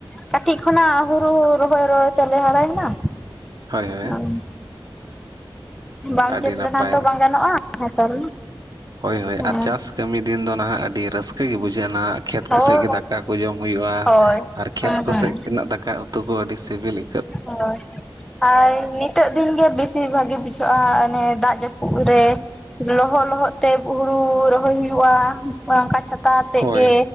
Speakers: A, in the centre; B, on the right (about 50°).
A: ᱠᱟᱹᱴᱤᱡ ᱠᱷᱚᱱᱟᱜ ᱦᱩᱲᱩ ᱨᱚᱦᱚᱭ ᱨᱚᱦᱚᱭ ᱛᱮᱞᱮ ᱦᱟᱨᱟᱭᱮᱱᱟ᱾
B: ᱦᱳᱭ ᱦᱳᱭ
A: ᱦᱮᱸ ᱵᱟᱢ
B: ᱟᱹᱰᱤ
A: ᱪᱮᱥ
B: ᱱᱟᱯᱟᱭ
A: ᱞᱮᱠᱷᱟᱱ ᱛᱚ ᱵᱟᱝ ᱜᱟᱱᱚᱜᱼᱟ ᱱᱮᱛᱟᱨ
B: ᱦᱳᱭ ᱦᱳᱭ
A: ᱢᱟ,
B: ᱟᱨ ᱪᱟᱥ ᱠᱟᱹᱢᱤ ᱫᱤᱱ ᱫᱚ ᱱᱟᱦᱟᱜ ᱟᱹᱰᱤ ᱨᱟᱹᱥᱠᱟᱹᱜᱮ ᱵᱩᱡᱷᱟᱹᱜᱼᱟ ᱱᱟᱦᱟᱜ᱾ ᱠᱷᱮᱛ
A: ᱦᱳᱭ
B: ᱠᱚᱥᱮᱫ ᱜᱮ ᱫᱟᱠᱟ ᱠᱚ ᱡᱚᱢ ᱦᱩᱭᱩᱜᱼᱟ
A: ᱦᱳᱭ
B: ᱟᱨ ᱠᱷᱮᱛ
A: ᱦᱮᱸ
B: ᱠᱚᱥᱮᱫ
A: ᱦᱮᱸ
B: ᱫᱟᱠᱟ ᱩᱛᱩ ᱠᱚ ᱟᱹᱰᱤ ᱥᱤᱵᱤᱞᱤ
A: ᱦᱚᱭ ᱟᱨ ᱢᱤᱫ ᱱᱤᱛᱟᱜ ᱫᱤᱱ ᱜᱮ ᱵᱮᱥᱤ ᱵᱷᱟᱜᱤ ᱵᱩᱡᱷᱟᱹᱜᱼᱟ ᱚᱱᱮ ᱫᱟᱜ ᱡᱟᱹᱯᱩᱫ ᱨᱮ ᱞᱚᱦᱚᱫ ᱞᱚᱦᱚᱫ ᱛᱮ ᱦᱩᱲᱩ ᱨᱚᱦᱚᱭ ᱦᱩᱭᱩᱜᱼᱟ᱾ ᱚᱱᱠᱟ ᱪᱷᱟᱛᱟ ᱟᱛᱮᱜ
B: ᱦᱳᱭ
A: ᱜᱮ